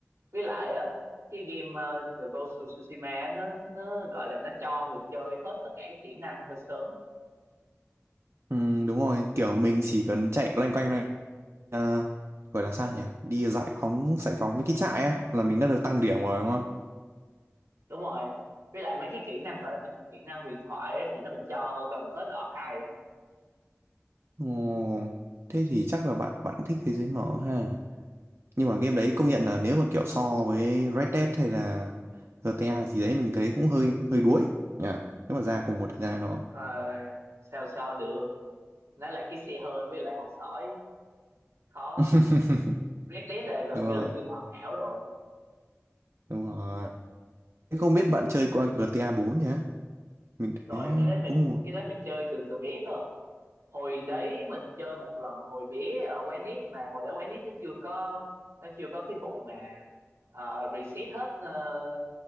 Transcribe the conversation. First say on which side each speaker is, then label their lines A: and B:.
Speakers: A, on the right (about 80°); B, on the right (about 60°).
A: với lại á cái game à, The Ghost of Tsushima á, nó nó gọi là nó cho người chơi hết tất cả các kỹ năng hơi sớm
B: Ừ, đúng rồi kiểu mình chỉ cần chạy loanh quanh này à, gọi là sao nhỉ đi giải phóng giải phóng mấy cái trại á là mình đã được tăng điểm rồi đúng không
A: đúng rồi với lại mấy cái kỹ năng gọi là mấy cái kỹ năng huyền thoại á, thì nó cũng cho gần hết ở Orc 2 á.
B: Ồ, thế thì chắc là bạn bạn thích thế giới mở ha nhưng mà game đấy công nhận là nếu mà kiểu so với Red Dead hay là GTA gì đấy mình thấy cũng hơi hơi đuối nhỉ nếu mà ra cùng một thời gian đó
A: Rồi, sao sao được nó là cái xe hơi với lại hòn sỏi khó
B: <laughs>
A: Red Dead là gần
B: đúng
A: như
B: rồi
A: là game hoàn hảo rồi
B: đúng rồi Thế không biết bạn chơi qua GTA bốn nhỉ mình
A: rồi
B: thấy ờ,
A: cái đấy mình
B: cũng một
A: cái đấy mình chơi từ từ bé cơ hồi đấy mình chơi một lần hồi bé ở quán nít mà hồi đó quán nít nó chưa có nó chưa có cái vụ mà ờ, reset hết ờ,